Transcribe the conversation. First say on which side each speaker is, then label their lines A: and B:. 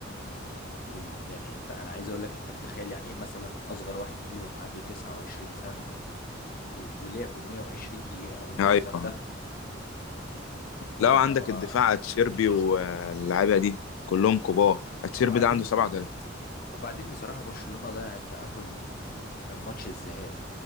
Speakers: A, on the left (about 50°); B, on the left (about 90°).
A: وال... يعني انت انا عايز اقول لك انت متخيل يعني ايه مثلا اصغر واحد فيهم عنده 29 سنة و... ولعبوا 120 دقيقة بالمنظر
B: ايوه
A: ده
B: لو
A: فهم
B: عندك
A: آه،
B: الدفاع اتشيربي واللعيبة دي كلهم كبار اتشيربي
A: وبعدين
B: ده عنده 37
A: وبعدين بصراحة برشلونة ضيع التأهل من ماتش الذهاب